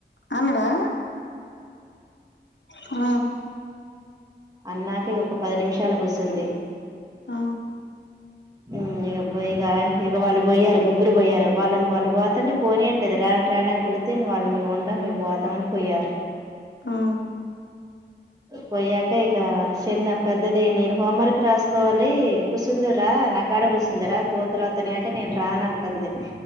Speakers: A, on the left; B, on the right.
A: అన్నాడా ఆ
B: అన్నాకి ఒక పది నిమిషాలు కూసుంది
A: ఆ
B: హ్మ్ ఇక ఇక ఇక వాళ్ళు పోయారు ముగ్గురు పోయారు వాళ్ళని వాళ్ళు పోతంటే పోనీయట్లేదు రా రాండని పిలిత్తే వాళ్ళు ఇగ మేము ఉండం మేము పోతామని పోయారు
A: ఆ
B: పొయ్యాక ఇక చిన్నప్ప పెద్దది నేను హోంవర్క్ రాసుకోవాలి కూసుందువురా నా కాడ కూసుందురా కోతులు వత్ వత్తన్నయ్ అంటే నేను రానాంటంది